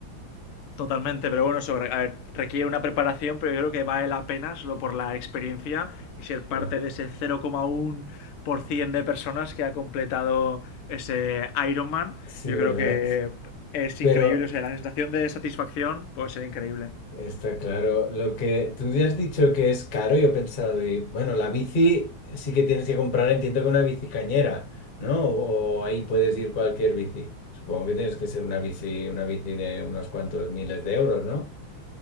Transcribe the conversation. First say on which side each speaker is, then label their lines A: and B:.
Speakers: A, on the left; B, on the left.
A: Totalmente, pero bueno, eso a ver, requiere una preparación, pero yo creo que vale la pena solo por la experiencia y ser parte
B: Ya.
A: de ese 0,1% de personas que ha completado ese Ironman.
B: Sí,
A: Yo
B: ¿verdad?
A: creo que es
B: Pero,
A: increíble, o sea, la sensación de satisfacción puede ser increíble.
B: Está claro. Lo que tú ya has dicho que es caro, yo he pensado, de, bueno, la bici sí que tienes que comprar, entiendo que una bici cañera, ¿no? O, o ahí puedes ir cualquier bici. Supongo que tienes que ser una bici, una bici de unos cuantos miles de euros, ¿no?